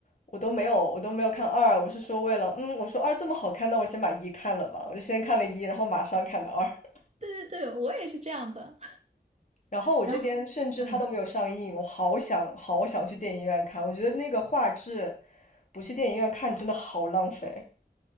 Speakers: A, on the left (about 45°); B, on the right (about 40°).
A: 我都没有我都没有看二，我是说为了嗯，我说二这么好看，那我先把一看了吧，我就先看了一，然后马上看的二。<laughs>
B: 对对对，我也是这样的。
A: 然后我这边甚至它都没有上映，
B: 然后，嗯，
A: 我好想好想去电影院看，我觉得那个画质不去电影院看真的好浪费。